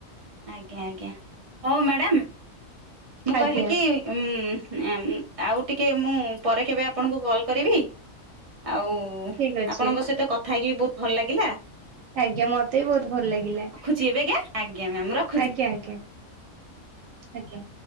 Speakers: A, on the right; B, on the right.
A: ଆଜ୍ଞା ଆଜ୍ଞା ହଉ ମ୍ୟାଡାମ ମୁଁ
B: ଆଜ୍ଞା
A: କହିଲି କି ଉ ଆଉ ଟିକେ ମୁଁ ପରେ କେବେ ଆପଣଙ୍କୁ କଲ୍ କରିବି ଆଉ
B: ଠିକ ଅଛି
A: ଆପଣଙ୍କ ସହିତ କଥା ହେଇକି ବହୁତ ଭଲ ଲାଗିଲା।
B: ଆଜ୍ଞା ମତେ ବି ବହୁତ ଭଲ ଲାଗିଲା।
A: <unintelligible> ଆଜ୍ଞା୍ ମ୍ୟାୟାମ ର
B: ଆଜ୍ଞା ଆଜ୍ଞା ଆଜ୍ଞା।